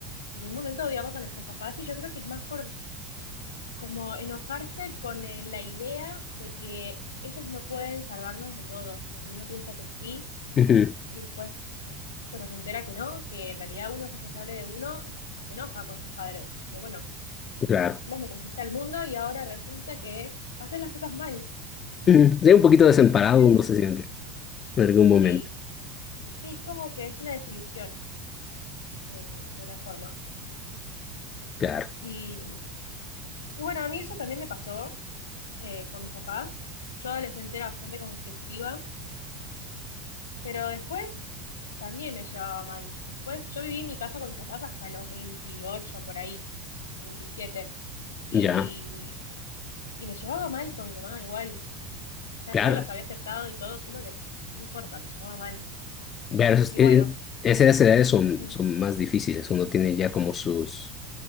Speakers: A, on the left; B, on the left.
A: de que en un momento odiamos a nuestros papás y yo creo que es más por como enojarse con eh, la idea de que ellos no pueden salvarnos de todo, como que uno piensa que sí
B: ujú,
A: y después cuando se entera que no, que en realidad uno es responsable de uno, se enoja con sus padres. Como, bueno,
B: claro.
A: vos me trajiste al mundo y ahora resulta que haces las cosas mal.
B: Ujú, Sí, un poquito desemparado
A: Este,
B: uno se siente en algún
A: Sí,
B: momento.
A: sí, es como que es una desilusión en- de una forma.
B: Claro,
A: Y, y bueno, a mí eso también me pasó eh, con mis papás. Yo adolescente era bastante conflictiva, pero después también me llevaba mal. Después yo viví en mi casa con mis papás hasta los 28 por ahí, veintisiete Y,
B: ya,
A: y me llevaba mal con mi mamá igual. Ya
B: claro.
A: yo los había aceptado y todo, solo que me lle- no importa, me llevaba mal.
B: Pero esos-
A: Y
B: eh,
A: bueno,
B: esas edades son,
A: mm,
B: son más difíciles. Uno tiene ya como sus,